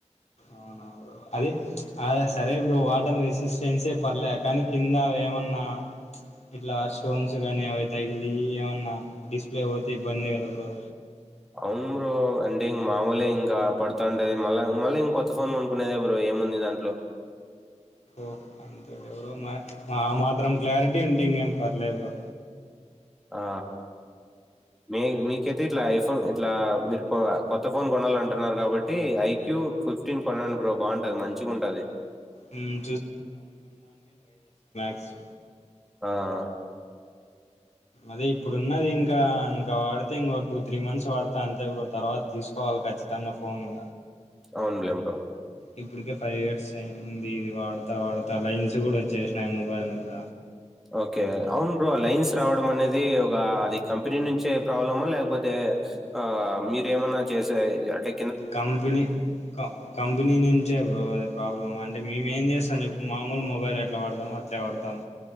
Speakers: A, on the left (about 65°); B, in the centre.
A: అవునా బ్రో, అదే అ సరే బ్రో వాటర్ రెసిస్టెన్సే పర్లే కనీ, కింద ఏమన్నా ఇట్లా స్టోన్స్ కనీ అవి తగిలి ఏమన్నా డిస్ప్లే పోతే ఇబ్బందే కదా బ్రో.
B: అవును బ్రో, అంటే ఇంగ మామూలే ఇంకా పడుతాంటది. మళ్ళా, మళ్ళీ కొత్త ఫోన్ కొనుక్కునేదే బ్రో ఏముంది దాంట్లో.
A: మ అంతేలే బ్రో, మా ఆ మాత్రం క్లారిటీ ఉంటే ఇంకేం పర్లే బ్రో.
B: ఆ, మీ మీకైతే ఇట్లా ఐఫోన్ ఇట్లా మీరు కొఆ కొత్త ఫోన్ కొనాలంటున్నారు కాబట్టి, ఐక్యూ ఫిఫ్టీన్ కొనండి బ్రో, బాగుంటంది మంచిగుంటది.
A: మ్మ్ అ స
B: ఆఆ
A: అదే ఇప్పుడున్నది ఇంకా, ఇంక వాడితే ఇంకో టూ, త్రీ మంత్స్ వాడుతా అంతే బ్రో. తర్వాత తీసుకోవాలి ఖచ్చితంగా ఫోను.
B: అవునులేె బ్రో
A: ఇప్పటికే ఫైవ్ ఇయర్స్ అయింది ఇది వాడతా వాడతా లైన్స్ కూడా వచ్చేసినాయి మొబైల్ మీద
B: ఓకే అవును బ్రో ఆ లైన్స్ రావడం అనేది ఒక అది కంపెనీ నుంచే ప్రాబ్లమా లేకపోతే ఆ మీరేమనా చేసే అంటే
A: కంపెనీ కంపెనీ నుంచే బ్రో అది ప్రాబ్లం అంటే మేము ఏం చేస్తాం చెప్పు మామూలు మొబైల్ అట్లా వాడదాము అట్లే వాడతాం